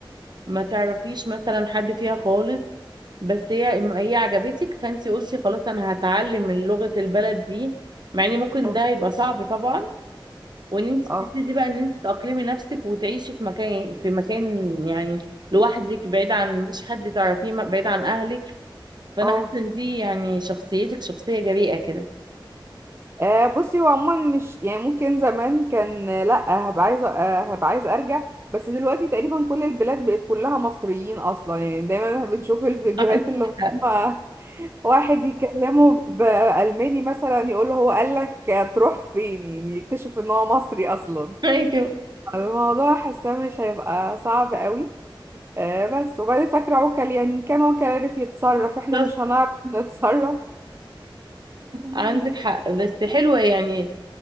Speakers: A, on the right; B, on the right.
A: ما تعرفيش مثلا حد فيها خالص بس هي هي عجبتك فانت قلتي خلاص انا هتعلم من لغة البلد دي مع ان ممكن
B: اه
A: ده يبقى صعب طبعا وان انت تبتدي
B: اه
A: بقى ان انت تأقلمي نفسك وتعيشي في مكان في مكان يعني لوحدك بعيد عن مش حد تعرفيه بعيد عن اهلك فانا
B: اه
A: حاسه ان دي يعني شخصيتك شخصيه جريئه كده
B: آه، بصي هو عموما مش يعني ممكن زمان كان آه، لا هبقى عايزه آه، هبقى عايزه ارجع بس دلوقتي تقريبا كل البلاد بقت كلها مصريين اصلا يعني دايما بنشوف الفيديوهات
A: <laughs> عندك
B: اللي
A: حق
B: هم <laughs> واحد يكلمه بالماني مثلا يقول له هو قال لك تروح فين يعني يكتشف ان هو مصري اصلا
A: <laughs> ايوه
B: الموضوع حاسه مش هيبقى صعب قوي آه، بس وبعدين فاكره عوكل يعني ان كان عوكل عرف يتصرف احنا
A: بالظبط.
B: مش هنعرف نتصرف <laughs>
A: عندك حق بس حلوه يعني